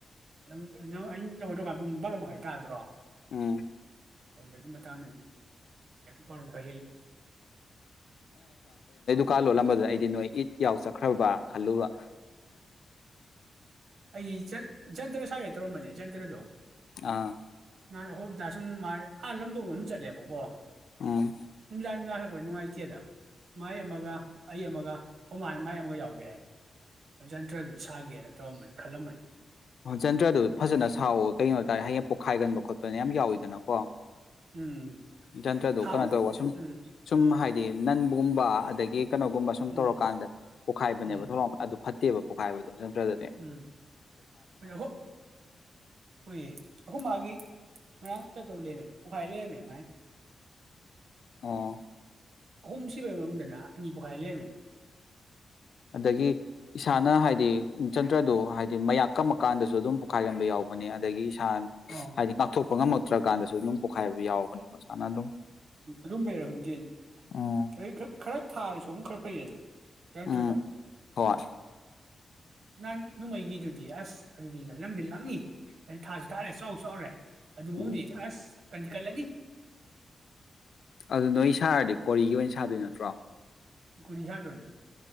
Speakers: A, on the right (about 70°); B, on the left (about 65°).
A: ꯅ ꯅꯪ ꯑꯩꯅ ꯅꯣꯏꯗꯀꯥꯟ ꯄꯨꯡ ꯕꯥꯔꯣ ꯃꯈꯥꯏ ꯇꯥꯗ꯭ꯔꯣ
B: ꯍꯝ
A: <unintelligible> ꯇ ꯃꯝ ꯀ
B: ꯀꯥ ꯂꯣꯜꯂꯝꯕꯗꯨꯗ ꯑꯩꯗꯤ ꯅꯣꯏ ꯏꯠ ꯌꯥꯎ ꯆꯠꯈ꯭ꯔꯕ ꯈꯜꯂꯨꯕ
A: ꯑꯩ ꯆꯟꯇ꯭ꯔ ꯊꯥꯒꯦ ꯇꯧꯔꯝꯕꯅꯦ ꯆꯟꯇ꯭ꯔꯗꯣ
B: ꯑꯥ
A: ꯅ ꯑꯩꯍꯣꯏꯕꯗ ꯁꯨꯝ ꯑꯥ ꯂꯝꯗꯒ ꯑꯃ ꯆꯠꯂꯦꯕꯀꯣ
B: ꯎꯝ
A: ꯃꯤꯂꯅꯨꯡꯉꯥꯏ ꯆꯗ ꯃꯥꯌꯥꯃꯒ ꯑꯃꯒ ꯑꯣ ꯃꯥꯅ ꯃꯥꯥꯏ ꯑꯃꯒ ꯌꯥꯎꯒꯦ ꯍꯥꯏ ꯌꯥꯟꯇ꯭ꯔꯗꯨꯗꯤ ꯁꯥꯒꯦꯅ ꯇꯧꯔꯝꯕꯅꯤ ꯈꯜꯂꯝꯃꯅꯤ
B: ꯍꯣꯟꯆꯟꯗ꯭ꯔꯗꯨ ꯐꯖꯅ ꯁꯥꯎꯋ ꯀꯩꯅꯅꯣ ꯇꯥꯔꯦ ꯍꯌꯦꯡ ꯄꯣꯛꯈꯥꯏꯒꯟꯕ ꯈꯣꯠꯄꯅ ꯌꯥꯝ ꯌꯥꯎꯋꯤꯗꯅꯀꯣ
A: ꯎꯝ
B: ꯖꯟꯇ꯭ꯔꯗꯨ
A: ꯊꯥꯕꯨ
B: ꯀꯩꯅꯣ ꯇꯧꯕ ꯁꯨꯝ
A: ꯎꯝ
B: ꯁꯨꯝ ꯍꯥꯏ ꯍꯥꯏꯗꯤ ꯅꯟꯒꯨꯝꯕ ꯑꯗꯒꯤ ꯀꯩꯅꯣꯒꯨꯝꯕ ꯁꯁꯨꯝ
A: ꯎꯝ
B: ꯇꯧꯔꯀꯥꯟꯗ ꯄꯣꯛꯈꯥꯏꯕꯅꯦꯕ
A: ꯎꯝ
B: ꯊꯂꯛꯄ ꯐꯠꯇꯦꯕ ꯄꯣꯛꯈꯥꯏꯕꯗꯨꯣ ꯇ꯭ꯔꯥꯗꯗꯤ
A: ꯎꯝ ꯑꯩꯈꯣꯏ ꯍꯣꯏꯌꯦ ꯑꯩꯈꯣꯏ ꯃꯥꯒꯤ ꯉꯔꯥꯡ ꯀꯩꯗꯧ ꯂꯔꯃꯦ ꯄꯣꯛꯈꯥꯏ ꯂꯩꯔꯝꯃꯦ ꯃꯥꯏ
B: ꯑꯣ
A: ꯍꯍꯨꯝ ꯁꯤꯕꯕꯗꯅꯥ ꯑꯅꯤꯄꯈꯥꯏ ꯂꯩꯔꯝꯃꯦ
B: ꯑꯗꯒꯤ ꯏꯁꯥꯅ ꯍꯥꯏꯗꯤ ꯆꯟꯗ꯭ꯔꯗꯨ ꯍꯥꯏꯗꯤ ꯃꯌꯥꯛ ꯀꯝꯃꯀꯥꯟꯗꯁꯨ ꯑꯗꯨꯝ ꯄꯣꯈꯥꯏꯔꯝꯕ ꯌꯥꯎꯕꯅꯦ ꯑꯗꯒꯤ
A: ꯑꯣ
B: ꯍꯥꯏꯗꯤ ꯃꯥꯊ ꯄꯣꯛꯉꯝꯃꯛꯇ꯭ꯔꯀꯥꯟꯗꯁꯨ ꯑꯗꯨꯝ ꯄꯣꯛꯈꯥꯏꯕ ꯌꯥꯎꯕꯅꯦꯕ ꯃꯁꯥꯅ ꯑꯗꯨꯝ
A: ꯎꯝ ꯑꯗꯨꯝꯕꯩꯔ ꯍꯧꯪꯗꯦ
B: ꯑꯣ
A: ꯑꯩ ꯈꯔ ꯊꯥꯅꯁꯨ ꯑꯃꯨꯛ ꯈꯔ ꯐꯩꯌꯦꯅ ꯀꯦꯟꯇꯗꯣ
B: ꯎꯝ ꯍꯣꯏ
A: ꯅꯍꯥꯟ ꯅꯣꯡꯃꯩꯅꯤꯗꯨꯗꯤ ꯑꯁ ꯑꯗꯨꯗꯤ ꯅꯪꯗꯤ ꯂꯪꯅꯤ ꯑꯗꯨ ꯊꯥꯁꯨ ꯊꯥꯜꯂꯦ ꯆꯥꯎꯁꯨ ꯆꯥꯎꯔꯦ ꯑꯗꯨꯗꯤ
B: ꯎꯝ
A: ꯍꯥꯎꯗꯤ ꯑꯁ ꯀꯟꯖꯤꯀꯂꯅꯤ
B: ꯑꯗꯨ ꯅꯣꯏ ꯁꯥꯔꯗꯤ ꯀꯣꯔꯤꯒꯤ ꯑꯣꯏꯅ ꯁꯥꯗꯣꯏ ꯅꯠꯇ꯭ꯔꯣ
A: ꯀꯨꯔꯤ ꯍꯥꯗꯣꯟꯅ